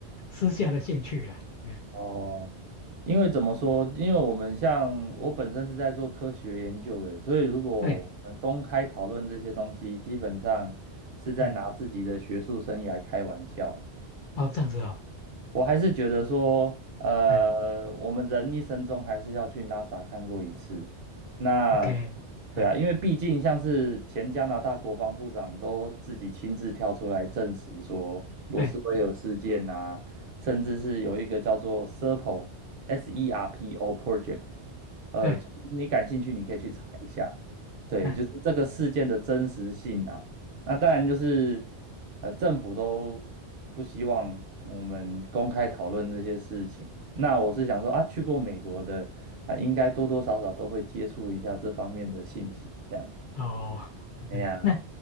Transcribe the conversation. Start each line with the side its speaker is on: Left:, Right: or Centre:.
Left: 私下的兴趣啦。嗯，
Right: 哦，因为怎么说？因为我们像我本身是在做科学研究的，所以如果我们公开讨论这些东西，
Left: 对，
Right: 基本上是在拿自己的学术生涯开玩笑。
Left: 嗯，嗯哦，这样子哦，
Right: 我还是觉得说，呃，
Left: 嗯
Right: 我们人一生中还是要去 NASA 看过一次。那
Left: ，OK，哎，
Right: 对啊，因为毕竟像是前加拿大国防部长都自己亲自跳出来证实说罗斯威尔事件啊，
Left: 对
Right: 甚至是有一个叫做 SERPO（S-E-R-P-O） project，呃，
Left: 对，
Right: 你感兴趣你可以去查一下。对，
Left: 嗯，
Right: 就是这个事件的真实性啊。那当然就是呃，政府都不希望我们公开讨论这些事情。那我是想说啊，去过美国的啊，应该多多少少都会接触一下这方面的信息。这样，
Left: 哦，OK，
Right: 哎呀，
Left: 那